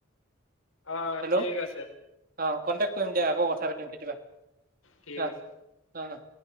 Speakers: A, on the left (about 85°); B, on the right (about 45°).
A: অ
B: হেল্ল'
A: ঠিক আছে
B: অঁ কণ্টেক্ট কৰিম দিয়া আকৌ কথা পাতিম কেতিয়াবা
A: ঠিক
B: অ'
A: আছে।
B: অ' অ'